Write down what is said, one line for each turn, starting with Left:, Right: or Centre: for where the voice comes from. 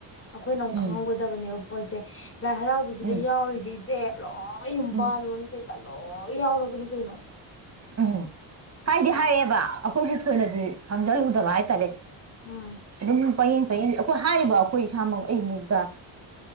Left: ꯑꯩꯈꯣꯏꯅ ꯑꯃꯨꯛ
Right: ꯎꯝ
Left: ꯈꯪꯍꯧꯒꯗꯕꯅꯦꯕ ꯀꯁꯦ ꯂꯥꯏ ꯍꯔꯥꯎꯕꯁꯤꯗ
Right: ꯎꯝ
Left: ꯌꯥꯎꯔꯤꯁꯦ ꯏꯆꯦ ꯌꯥ ꯑꯌꯨꯝꯕꯥꯥꯜꯣꯣꯟꯇ
Right: ꯎꯝ
Left: ꯂ ꯌꯥꯎꯔꯕꯨ ꯀꯩꯅꯩꯅꯣ
Right: ꯎꯝꯝ ꯍꯥꯏꯗꯤ ꯍꯥꯏꯌꯦꯕ ꯍꯧꯈꯖꯤꯛ ꯊꯣꯏꯅꯗꯤ ꯐꯪꯖꯜꯂꯨꯗꯕ ꯍꯥꯏꯇꯥꯔꯦ
Left: ꯎꯝ
Right: ꯑ ꯄꯌꯦꯡ ꯄꯌꯦꯡ ꯑꯩꯈꯣꯏ ꯍꯥꯏꯔꯤꯕ ꯑꯩꯈꯣꯏ ꯏꯁꯥꯃꯛ ꯑꯩ ꯃꯨꯛꯇ